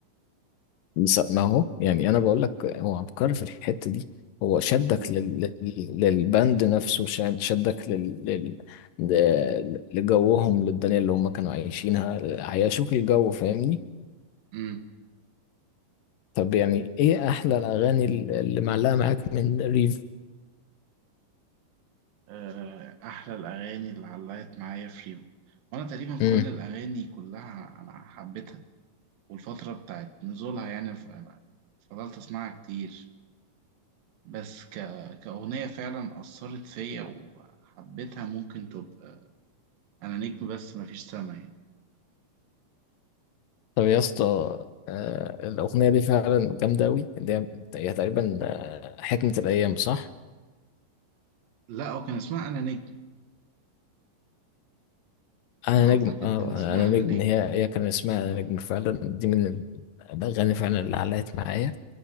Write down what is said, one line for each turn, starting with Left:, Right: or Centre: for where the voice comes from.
Left: بس ما هو يعني انا بقول لك هو عبقري في الحته دي هو شدك
Right: مظبوط
Left: لل... لل- للبند نفسه شد- شدك لل... لل... ل- لجوهم للدنيا اللي هم كانوا عايشينها عيشوك الجو فاهمني
Right: امم
Left: طب يعني ايه احلى الاغاني اللي معلقه معاك من ريف
Right: آه، احلى الاغاني اللي علقت معايا في ريفو وانا تقريبا
Left: امم
Right: كل الاغاني كلها انا حبيتها والفترة بتاعت نزولها يعني ف- أنا فضلت اسمعها كتير بس ك... كأغنية فعلا أثرت فيا وحبيتها ممكن تبقى أنا نجم بس مفيش سما يعني
Left: طب يا اسطى آه، الاغنيه دي فعلا جامده قوي اللي هي هي تقريبا آه، حكمه الايام صح
Right: لا هو كان اسمها أنا نجم
Left: انا
Right: أعتقد
Left: نجم اه
Right: كان اسمها
Left: انا نجم
Right: أنا نجم
Left: هي هي كان اسمها انا نجم فعلا دي من الاغاني فعلا اللي علقت معايا